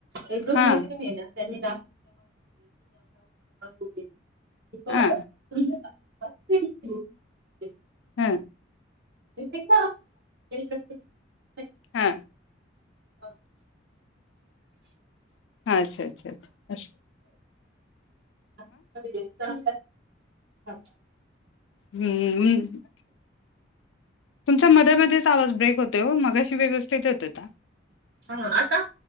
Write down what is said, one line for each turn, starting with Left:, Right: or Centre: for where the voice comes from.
Right: एक दोन
Left: हा
Right: मैत्रिणी आहे ना त्यांनी ना <unintelligible> वा!
Left: हा
Right: तुमचं का? बसतय की
Left: हम
Right: का
Left: हा
Right: हा
Left: अच्छा अच्छा अच्छा
Right: अ <unintelligible>
Left: हम्म हम् तुमच्या मध्ये मध्येच आवाज ब्रेक होतोय हो मगाशी व्यवस्थित येत होता.
Right: हा आता?